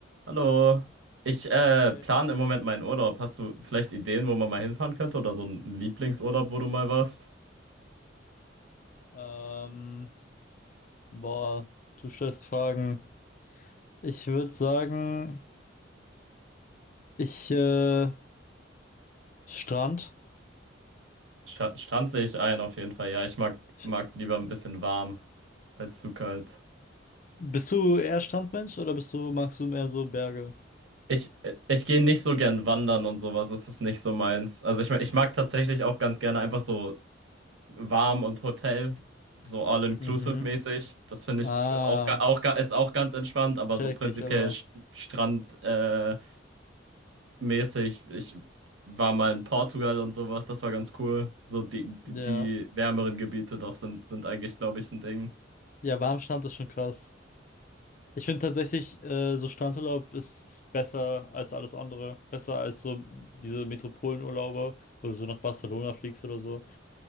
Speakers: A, on the right; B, on the left.
A: Hallo. Ich äh,
B: Hey,
A: plane im Moment meinen Urlaub. Hast du vielleicht Ideen, wo man mal hinfahren könnte? Oder so einen Lieblingsurlaub, wo du mal warst?
B: ähm, boah, du stellst Fragen. Ich würde sagen, ich, äh, Strand.
A: Sta Strand sehe ich ein, auf jeden Fall. Ja, ich mag,
B: Ich,
A: mag lieber ein bisschen warm als zu kalt.
B: bist du eher Strandmensch oder bist du, magst du mehr so Berge?
A: Ich, äh, ich gehe nicht so gern wandern und sowas. Das ist nicht so meins. Also ich, ma- ich mag tatsächlich auch ganz gerne einfach so warm und Hotel. So all-inclusive-mäßig.
B: Mhm.
A: Das finde
B: Ah,
A: ich auch, ga- auch, ga- ist auch ganz entspannt, aber
B: check
A: so prinzipiell
B: ich, aber
A: St- Strand, äh, mäßig. Ich war mal in Portugal und sowas, das war ganz cool. So die,
B: der,
A: die, die wärmeren Gebiete doch sind, sind eigentlich, glaube ich, ein Ding.
B: ja, warm Strand ist schon krass. Ich finde tatsächlich, äh, so Strandurlaub ist besser als alles andere. Besser als so diese Metropolenurlaube, wo du so nach Barcelona fliegst oder so.